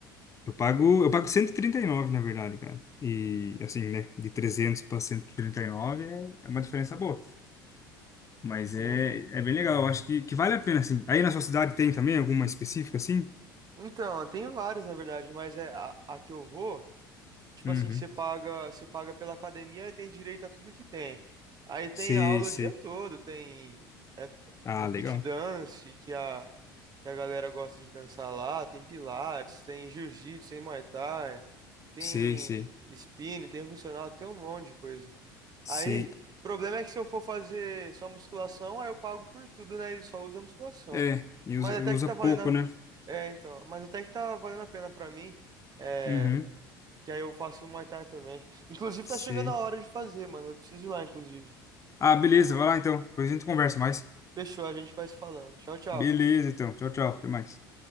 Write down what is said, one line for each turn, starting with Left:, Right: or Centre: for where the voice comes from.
Left: Eu pago, eu pago cento e e trinta e nove na verdade, cara. E assim, né, de 300 para 139 é, é uma diferença boa, mas
Right: sim.
Left: é, é bem legal, eu acho que, que vale a pena assim. Aí na sua cidade tem também alguma específica assim?
Right: Então, tem vários, na verdade, mas é a, a que eu vou, tipo
Left: Uhum.
Right: assim, você paga, você paga pela academia e tem direito a tudo que tem. Aí tem
Left: Sei,
Right: aula
Left: sei.
Right: o dia todo, tem é,
Left: Ah,
Right: é fit
Left: legal.
Right: dance, que a, que a galera gosta de dançar lá, tem pilates, tem jiu-jitsu, tem muay thai, tem
Left: Sei, sei.
Right: spinning, tem funcional, tem um monte de coisa.
Left: Sei.
Right: Aí, o problema é que se eu for fazer só musculação, aí eu pago por tudo, né? E só usa musculação.
Left: É, e
Right: Mas
Left: usa,
Right: até
Left: usa
Right: que tá
Left: pouco,
Right: valendo. a-
Left: né?
Right: É, então. Mas até que tá valendo a pena pra mim. É,
Left: Uhum.
Right: que aí eu faço o Muay Thai também. Inclusive,
Left: Sei.
Right: tá chegando a hora de fazer, mano. Eu preciso ir lá, inclusive.
Left: Ah, beleza, vai lá então. Depois a gente conversa mais.
Right: Fechou, a gente vai se falando. Tchau, tchau.
Left: Beleza, então. Tchau, tchau. Até mais.